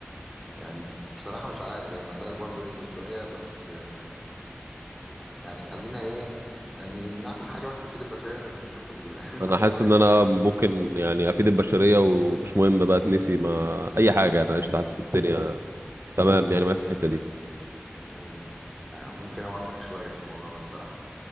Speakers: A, in the centre; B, on the right.
A: يعني بصراحة مش عارف يعني وساعات برضه ليزر شوية بس آه، يعني خلينا ايه يعني نعمل حاجة بس تفيد البشرية ونبقى نشوف ال...
B: انا
A: <laughs>
B: حاسس
A: بعديها
B: ان
A: كتير
B: انا ممكن يعني افيد البشريه ومش مهم بقى تنسي ما اي حاجه انا قشطه حاسس إن الدنيا تمام يعني ما في الحته دي
A: يعني آه، ممكن اوافقك شوية في الموضوع ده الصراحة